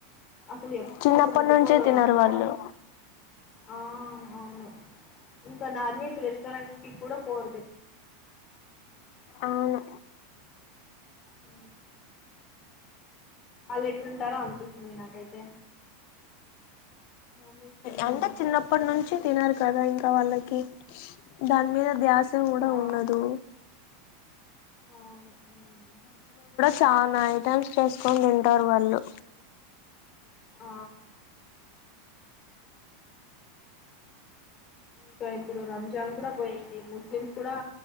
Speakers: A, on the left (about 35°); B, on the left (about 60°).
A: అసలు ఎప్పుడు
B: చిన్నప్పటి
A: ముట్టుకొరు
B: నుంచే తినరు వాళ్ళు
A: ఆ ఆ అవును ఇంకా నాన్ వెజ్ రెస్టారెంట్స్ కి కూడా పోరు తెలుసా
B: అవును
A: ఊ వాళ్ళు ఎట్లుంటారొ అనిపిస్తుంది నాకైతే నాన్ వెజ్ తినకుండా
B: అంటె చిన్నప్పటి నుంచి తినరు కదా ఇంక వాళ్ళకి దాని మీద ధ్యాస చూడ
A: ఆ
B: ఉండదు
A: అవును హ్మ్.
B: చాన ఐటమ్స్ చేస్కొని తింటారు వాళ్ళు
A: ఆ ఇంక ఇప్పుడు రంజాన్ కూడ పోయింది ముస్లిమ్స్ కూడా